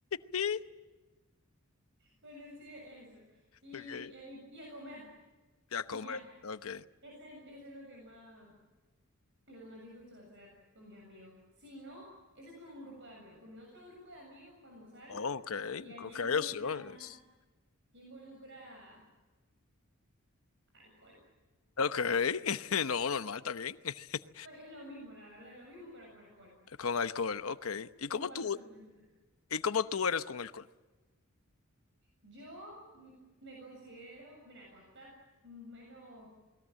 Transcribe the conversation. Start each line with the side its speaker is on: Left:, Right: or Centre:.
Left: Y.
Right: Bueno, sí, es eso. Y,
Left: Ok.
Right: eh, y, y a comer,
Left: Ya
Right: y
Left: comer.
Right: ya.
Left: Ok.
Right: Ese, es- eso es lo que más, lo que más disfruto de hacer con mis amigos. Si no, eso es con un grupo de amigos. Con mi otro grupo de amigos, cuando salgo,
Left: Oh, ok.
Right: ya,
Left: Creo
Right: ya
Left: que
Right: involucra
Left: hay opciones.
Right: más. Ya involucra Alcohol.
Left: Ok. <laughs> No, normal, está bien. <laughs>
Right: Pues es lo mismo, la verdad, es lo mismo, pero con alcohol.
Left: Con alcohol, ok. ¿Y
Right: Un
Left: cómo
Right: par
Left: tú?
Right: de cervecitas.
Left: ¿Y cómo tú eres con alcohol?
Right: Yo mm, me considero, mira, cuando estaba menos